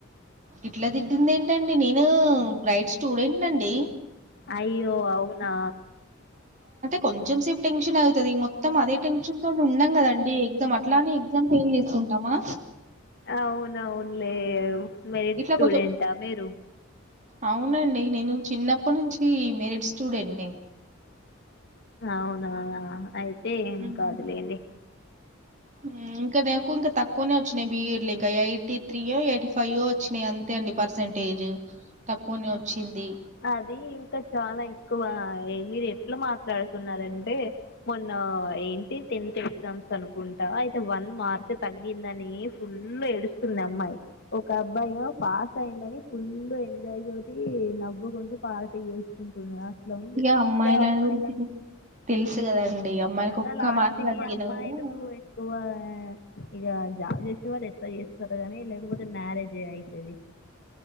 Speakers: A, on the right; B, on the left.
A: ఇట్లా దిడింది ఏంటండి నేను బ్రైట్ స్టూడెంట్ అండి
B: అయ్యో అవునా
A: కొంచం సే టెన్షన్ అవుతుంది మొత మొత్తం అదే టెన్షన్ తో ఉన్నాం కదండి ఎగ్జా అట్లాని ఎగ్జామ్ ఫెయిల్ చేసుకుంటామా
B: అవున అవునులే మెరిడ్
A: ఇట్లా
B: స్టూడెంట్
A: కొంచెం
B: ఆ మీరు
A: అవునండి నేను చిన్నప్పటి నుంచి ఈ మెరిట్ స్టూడెంట్ ని.
B: అవునా అ అయితే
A: ని
B: ఏం కాదులేండి.
A: ఉమ్ ఇంకా నాకు ఇంకా తక్కువనే వొచ్చినాయి, బియిడ్ లో ఇంకా ఎయిటీ త్రీ యో, ఎయిటీ ఫైయి యో, వొచ్చినాయి అంతే. అండి పర్సెంటేజు తక్కువనే వొచ్చింది.
B: అదీ ఇంకా చాలా ఎక్కువ ఇ మీరు ఎట్లా మాట్లాడుతున్నారంటే మొన్న. ఆ ఏంటి టెన్త్ ఎగ్జామ్స్ అనుకుంటా, అయితే వన్ మార్కె తగ్గిందనీ ఫుల్ ఎ. ఎడుస్తుంది అమ్మాయి, ఒక అబ్బాయి ఏమో పాస్ అయిందని. ఫుల్లు ఎంజాయ్ తోటీ నవ్వుకుంటూ పార్టీ జెసుకుంటున్నార. అట్లా ఉంది,
A: ఇక అమ్మాయిల
B: ఇగా అమ్మాయి.
A: గురించి మీకు తెలుసు కదండి అమ్మాయికి
B: మళ్ళ
A: ఒక్క
B: లాస్ట్
A: మార్కు తగ్గినా
B: కి అమ్మాయిలూ
A: కూడా
B: ఎక్కువ అ. ఇగా జాబ్ జెసే వాళ్ళు ఎట్ల యేస్తారొ గని లేకపోతే మ్యారేజే అయితది.,